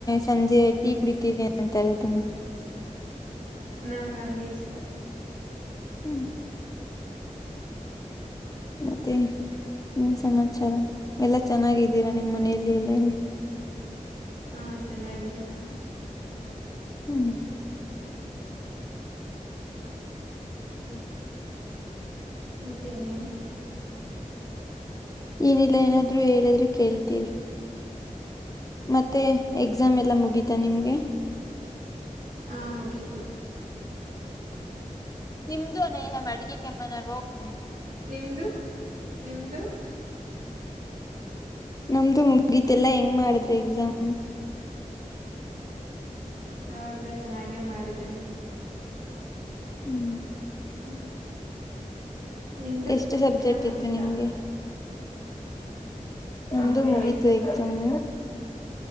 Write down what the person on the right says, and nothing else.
ನಮ್ಗ ಹಂಂಗಗೆ ಇಷ್ಟ
ಹ ಚೆನ್ನಾಗಿದಾರ
ಮತ್ತೆ ಇನ್ನೇನು
ಆ ಮುಗಿತು
ನಿಮ್ದು ನಿಮ್ದು
ಪರವಾಗಿಲ್ಲಾ ಚೆನ್ನಾಗೆ ಮಾಡದ್ರಿ
ಹ್ಮ್ ನಿಮ್ದು
ಎಕ್ಸಾಮ್ ಮುಗೀತಾ
ನಮ್ಗೆ
ಏಡ್ ಸಬ್ಜೆಕ್ಟ್